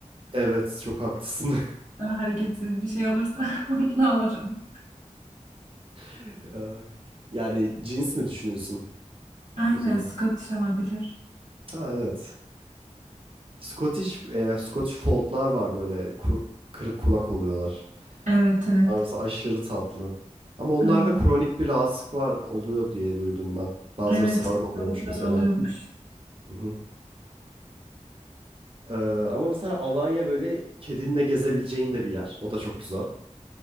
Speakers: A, on the right (about 45°); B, on the right (about 80°).
A: Evet çok haklısın.
B: Daha hareketsiz bir şey olursa <laughs> mutlu olurum.
A: <laughs> Ay. Yani cins mi düşünüyorsun
B: Aynen
A: o zaman?
B: Scottish olabilir.
A: Ha evet. Scottish, e, Scottish Fold'lar var böyle kuru- kırık kulak oluyorlar.
B: Evet
A: Onlar
B: evet.
A: mesela aşırı tatlı. Ama onlarda
B: Aynen.
A: kronik bir rahatsızlık var oluyor diye duydum ben. Bazıları
B: Evet
A: sağır oluyormuş
B: hastalıklar
A: mesela.
B: oluyormuş.
A: Hı Ee, ama mesela Alanya böyle kedinle gezebileceğin de bir yer. O da çok güzel.